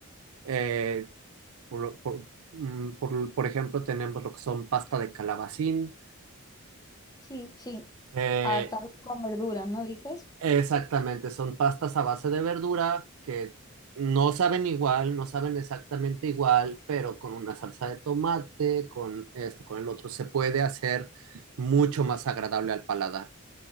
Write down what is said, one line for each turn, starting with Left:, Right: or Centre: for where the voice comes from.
Right: Eh, por, por, mm, por- por ejemplo, tenemos lo que son pasta de calabacín.
Left: Sí, sí.
Right: Eh,
Left: Atado con verduras, ¿no dices?
Right: Exactamente, son pastas a base de verdura que no saben igual, no saben exactamente igual, pero con una salsa de tomate, con esto, con el otro, se puede hacer mucho más agradable al paladar.